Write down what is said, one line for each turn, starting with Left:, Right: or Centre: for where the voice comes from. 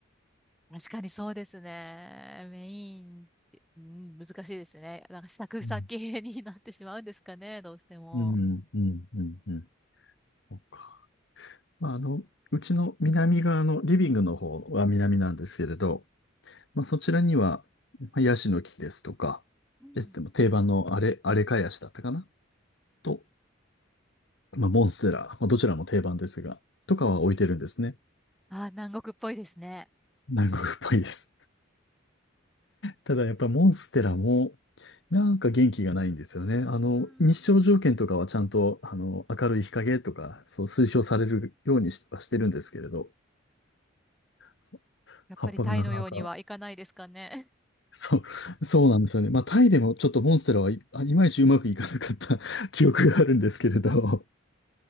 Centre: 確かにそうですね。メインって、うん、難しいですね。なんか支度先になってしまうんですかね、
Left: うん、
Centre: どうしても。
Left: うん、うん、うん。うんそっか。まあ、あの、うちの南側のリビングの方は南なんですけれど、まあ、そちらには、まあヤシの木ですとか、
Centre: うん、
Left: ですでも定番のあれ、あれかヤシだったかなと、まあ、モンステラ、まあ、どちらも定番ですが、とかは置いてるんですね。
Centre: あー、南国っぽいですね。
Left: 南国っぽいです。ただやっぱりモンステラも、なんか元気がないんですよね。あの、
Centre: うん
Left: 日照条件とかはちゃんと、あの、明るい日陰とか、そう推奨されるようにしはしてるんですけれど、そう
Centre: やっぱりタイのようにはいかないですかね。
Left: 葉っぱがなかなか、そう、そうなんですよね。まあ、タイでもちょっとモンステラはいあいまいちうまくいかなかった <laughs> 記憶があるんですけれど、